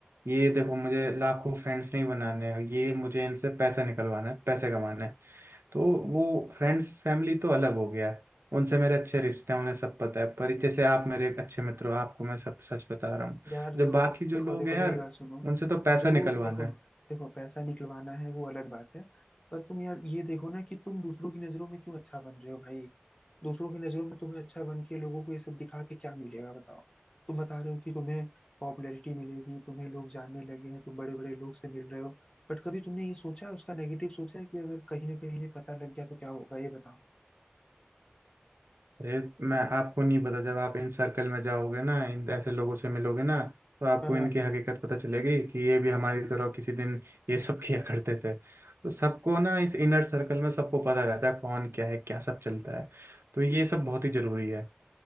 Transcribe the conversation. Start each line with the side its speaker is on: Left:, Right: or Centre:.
Right: ये देखो मुझे लाखों फ्रेंड्स नहीं बनाने हैं ये मुझे इनसे पैसा निकलवाना है पैसे कमाना है तो वो फ्रेंड्स फैमिली तो अलग हो गया उनसे मेरे अच्छे रिश्ते हैं उन्हें सब पता है पर जैसे आप मेरे एक अच्छे मित्र हो आपको मैं सब सच बता रहा हूँ
Left: यार
Right: जो
Left: देखो
Right: बाकी जो
Left: देखो
Right: लोग
Left: देखो
Right: हैं यार
Left: मेरी बात सुनो
Right: उनसे तो पैसा
Left: जो
Right: निकलवाना
Left: देखो
Right: है
Left: देखो पैसा निकलवाना है वो अलग बात है पर तुम यार ये देखो ना कि तुम दूसरों की नजरों में क्यों अच्छा बन रहे हो भाई दूसरों की नजरों में तुम्हें अच्छा बन के लोगों को ये सब दिखा के क्या मिलेगा बताओ तुम बता रहे हो कि तुम्हें पॉपुलैरिटी मिलेगी तुम्हें लोग जानने लगे हैं तुम बड़े बड़े लोग से मिल रहे हो बट कभी तुमने ये सोचा है उसका नेगेटिव सोचा है कि अगर कहीं ना कहीं ने पता लग गया तो क्या होगा ये बताओ
Right: अरे मैं आपको नहीं पता जब आप इन सर्कल में जाओगे ना इन ऐसे लोगों से मिलोगे ना तो आपको
Left: हाँ हाँ
Right: इनकी हकीकत पता चलेगी कि ये भी हमारी तरह किसी दिन ये सब <laughs> किया करते थे तो सबको ना इस इनर सर्कल में सबको पता रहता है कौन क्या है क्या सब चलता है तो ये सब बहुत ही जरूरी है